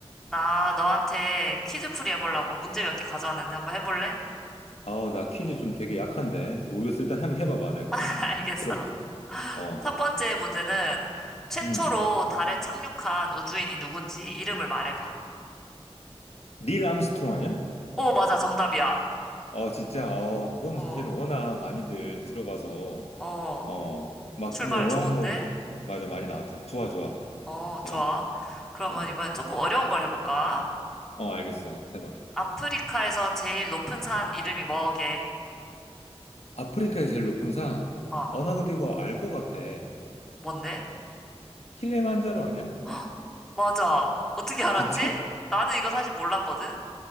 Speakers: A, in the centre; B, on the left (about 70°).
A: 나 너한테 퀴즈풀이 해보려고 문제 몇 개 가져왔는데 한번 해볼래?
B: 아우, 나 퀴즈 좀 되게 약한데. 모르겠어. 일단 한번 해봐봐. 내가
A: <laughs>
B: 한번
A: 알겠어.
B: 들어보지. 어.
A: 첫 번째 문제는 최초로
B: 음.
A: 달에 착륙한 우주인이 누군지 이름을 말해봐.
B: 닐 암스트롱 아니야?
A: 오, 맞아. 정답이야.
B: 어, 진짜. 어, 그거는
A: 어,
B: 사실은 워낙 많이들 들어봐서.
A: 어,
B: 어, 막,
A: 출발
B: 그 뭐, 영화,
A: 좋은데?
B: 뭐, 뭐, 맞아. 많이 나왔잖아. 좋아, 좋아.
A: 어,
B: 자,
A: 좋아. 그러면
B: 어,
A: 이번엔 조금 어려운 걸 해볼까?
B: 어, 알겠어. 해봐.
A: 아프리카에서 제일 높은 산 이름이 뭐게?
B: 아프리카에서 제일 높은 산.
A: 어,
B: 어, 나 근데 이거 알 것 같아.
A: 뭔데?
B: 킬리만자로 아니야?
A: <gasps> 맞아. 어떻게
B: <laughs>
A: 알았지?
B: 진짜?
A: 나는 이거 사실 몰랐거든?